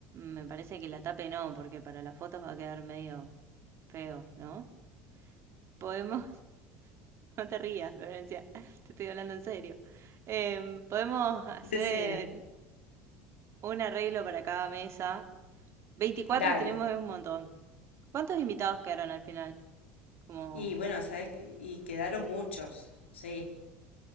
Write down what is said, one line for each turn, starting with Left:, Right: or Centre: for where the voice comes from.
Right: Me parece que la tape no, porque para las fotos va a quedar medio feo, ¿no? Podemos, <laughs> no te rías, Florencia, <laughs> te estoy hablando en serio. Em, podemos hacer
Left: Decime.
Right: un arreglo para cada mesa. 24
Left: Dale.
Right: tenemos es un montón. ¿Cuántos invitados quedaron al final? Como
Left: Y bueno, ¿sabes? Y quedaron muchos, sí.